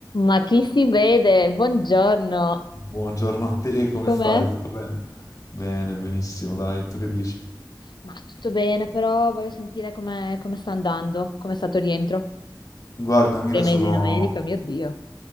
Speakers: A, on the left (about 80°); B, on the left (about 45°).
A: Ma chi si vede? Buongiorno,
B: Buongiorno a te, come
A: com'è?
B: stai? Tutto bene? Bene, benissimo, dai, tu che dici?
A: Ma tutto bene, però voglio sentire come come sta andando, come è stato il rientro.
B: Guarda, Mira,
A: Sei mesi
B: sono...
A: in America, mio Dio.